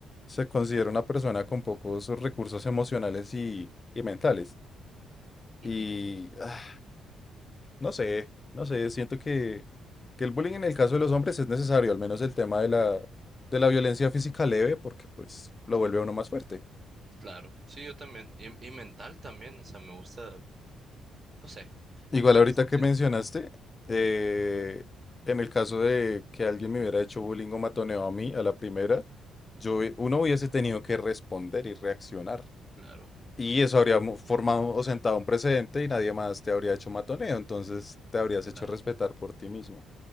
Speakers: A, on the left (about 30°); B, on the right (about 40°).
A: se considera una persona con pocos recursos emocionales y, y mentales. Y
B: Ujú,
A: ah, No sé, no sé, siento que, que el bullying en el caso de los hombres es necesario, al menos el tema de la, de la violencia física leve, porque pues lo vuelve a uno más fuerte.
B: Claro, sí, yo también. Y, y mental también, o sea, me gusta, no sé.
A: Igual ahorita que
B: sien-
A: mencionaste, eh, en el caso de que alguien me hubiera hecho bullying o matoneo a mí a la primera, yo, hubie- uno hubiese tenido que responder y reaccionar.
B: Claro,
A: Y eso habría mo- formado o sentado un precedente y nadie más te habría hecho matoneo, entonces te habrías
B: claro,
A: hecho respetar por ti mismo.